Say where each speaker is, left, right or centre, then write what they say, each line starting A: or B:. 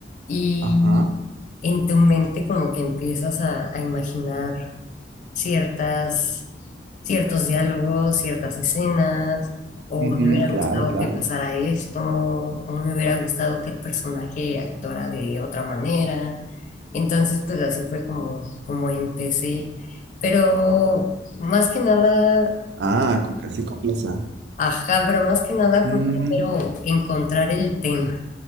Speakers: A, on the left; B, on the right.
A: y
B: Ajá,
A: en tu mente como que empiezas a, a imaginar ciertas, ciertos diálogos, ciertas escenas, o
B: ujú,
A: me hubiera
B: claro,
A: gustado
B: claro.
A: que pasara esto, o me hubiera gustado que el personaje actuara de otra manera. Entonces, pues así fue como, como empecé. Pero más que nada,
B: Ah, con- así comienza.
A: ajá, pero más que nada
B: Ujú.
A: fue primero encontrar el tema,